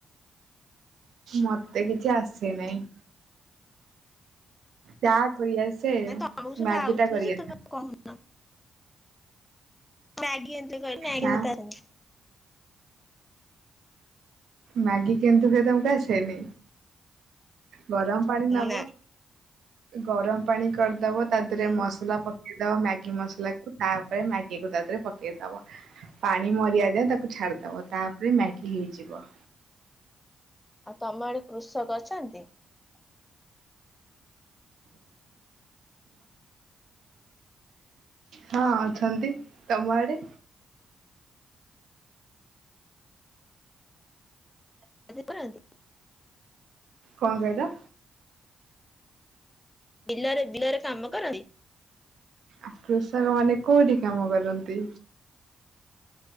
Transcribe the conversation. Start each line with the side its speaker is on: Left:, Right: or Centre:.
Right: ମତେ କିଛି ଆସେ ନାଇଁ। ଚା କରିଆସେ
Left: ନାଇଁ
Right: ମ୍ୟାଗିଟା
Left: ତମକୁ ସବୁ ଆଉଥିବ
Right: କରିଆ
Left: ଯେ ତମେ କହୁନ। ମ୍ୟାଗି ଏନ୍ତି କଇ ମ୍ୟାଗି
Right: ନା
Left: ମତେ ଆସେନି।
Right: ମାଗି କେନ୍ତି ହୁଏ ତମୁକୁ ଆସେନି ଗରମ ପାଣି ନବ
Left: ନା
Right: ଗରମ ପାଣି କରିଦବ ତା ଦେରେ
Left: ଉଁ।
Right: ମସଲା ପ ଇଦବ ମ୍ୟାଗି ମସଲାକୁ ତାପରେ ମ୍ୟାଗିକୁ ଦେରେ ପକେଇଦବ। ପାଣି ମରିିବା ଯାଏ ତାକୁ ଛାଡ଼ିଦବ ତାପରେ ମ୍ୟାଗି ହେଇଯିବ।
Left: ଆଉ ତମ ଆଡ଼େ କୃଷକ ଅଛନ୍ତି?
Right: ହଁ ଅଛନ୍ତି, ତମ ଆଡ଼େ?
Left: ଆଦି କରନ୍ତି।
Right: କଁ କଇଲ?
Left: ବିଲରେ ବିଲରେ କାମ କରନ୍ତି?
Right: ଆ କୃଷକମାନେ କୋଉଠି କାମ କରନ୍ତି?